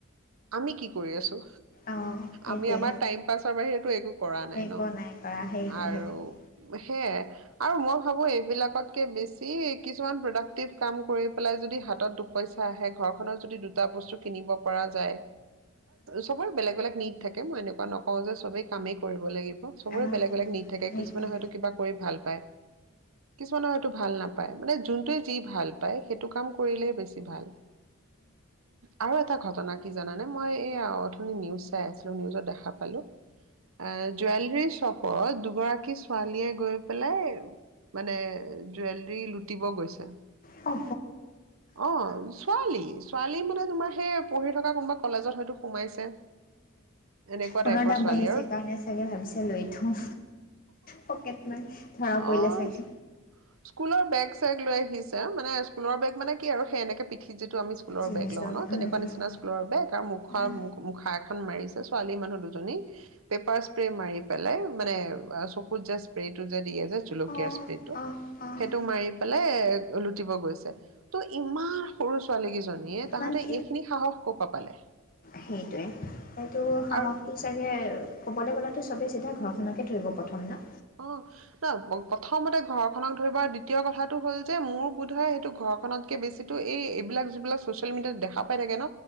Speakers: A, on the right (about 85°); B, on the left (about 45°).
A: আমি কি কৰি আছো।
B: অঁ সেইটোৱে
A: আমি আমাৰ টাইম পাছৰ বাহিৰে। <inaudible> কৰা নাই
B: একো
A: ন,
B: কৰা সেইটোৱে
A: আৰু।
B: সেইটোৱে
A: সে, আৰু মই ভাবো এইবিলাক। বেছি কিছুমান প্ৰডাক্টিভ কাম কৰি পেলাই যদি হাতত দুপইচা আহে ঘৰ খত যদি দুটা বস্তু কিনিব পৰা। যায়, চবৰে বেলেগ বেলেগ নিট থাকে। মান <unintelligible> নকও যে, সবেই কামেই কৰিব লাগিব সবৰে
B: অঁ
A: বেলেগ বেলেগ নিদ থাকে
B: সেইটোৱে
A: কিছুমানে হয়তো কিবা কৰি ভাল পায়। কিছুমানে হয়টো ভাল নাপায়, মানে যোনটোৱে যি ভাল পায় সেইটো কাম কৰিলে বেছি ভাল আৰু এটা ঘটনা। কি জানা নে, মই এইথনি নিউজ চাই আছিলো নিউজত দেখা পালো। অ, জুৱেলৰিছ। চপত দুগৰাকী ছোৱালীয়ে গৈ পেলাই। মানে জুৱেলৰী লুটিব গৈছে।
B: অঁ।
A: অ <unintelligible> ছোৱালী মানে তোমাৰ সেই পঢ়ি থকা কোনোবা কলেজত হয়তো সোমাইছে এনেকুৱা
B: সোণৰ
A: টাইপৰ
B: দাম
A: ছোৱালী
B: বাঢ়িছে
A: আৰু,
B: কাৰণে চাগে ভাবিছে লৈ থওঁ পকেট মাৰ ধৰা পৰিলে
A: আহ।
B: চাগে
A: স্কুলৰ বেগ চেগ লৈ আহিছে মানে, স্কুলৰ বেগ মানে কি আৰু সেনেকে পি। যিটো আমি স্কুলৰ
B: জিনিচৰ
A: বেগ লওঁ ন, তেনেকুৱা নিচিনা স্কুলৰ বেগ আৰু মুখ
B: উম,
A: মুখা এখন মাৰিছে। ছোৱালী মানুহ দুজনী, পেপাৰ স্প্ৰে মাৰি পেলাই মানে চকুত জাষ্ট। আজছে চল
B: অ',
A: গছ
B: অ',
A: <unintelligible>
B: অ',
A: সেইটো মাৰি পেলাই। লুটিব গৈছে। ত' ইমান সৰু ছোৱালীকেইজনীয়ে
B: ইমানখ,
A: তাহাঁতে এইখিনি সাহস ক'ৰ পৰা পালে
B: সেইটোৱে সটো সাহসটো
A: আৰু
B: চাগে কবলৈ গ'লে। চবেই চিধা ঘৰখননকে ধৰিব প্ৰথম ন।
A: অ, প্ৰথমতে ঘৰখনক ধৰিব দ্বিতীয় কথাটো হ'ল যে মোৰ বোধে সেইটো ঘৰখনতকে বেছিো এইবিলাক যিবিলাক চচিয়েল মিডিয়াত দেখা পাই থাকে ন।